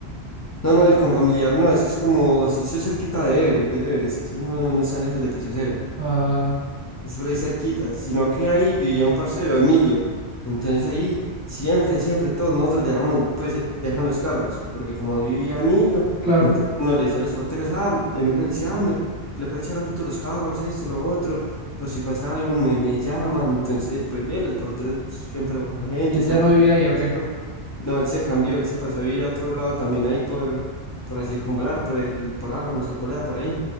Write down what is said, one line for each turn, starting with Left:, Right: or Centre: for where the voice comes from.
Left: No, no, el confamiliar no, eso es como, eso es cerquita de Everest, del Everest, eso no, no está lejos de piso cero.
Right: Ah,
Left: es por ahí cerquita, sino que ahí vivía un parcero, Emilio. Entonces ahí siempre, siempre todos nosotros dejamos, pues eh, dejan los carros, porque como ahí vivía Emilio,
Right: claro.
Left: entonces uno le decía a los porteros, ah, Emilio le decía, ah, me, le puede echar ojito a los carros, esto, lo otro, por si pasa algo me, me llaman. Entonces, pues bien, los porteros siempre buena gente,
Right: ¿Y él
Left: están
Right: ya no
Left: pendientes,
Right: vivía ahí, ¿o qué?
Left: todo. No, él se cambió, él se pasó a vivir a otro lado también ahí por, por la circunvalar, por el, por Álamos, Arboleda, por ahí.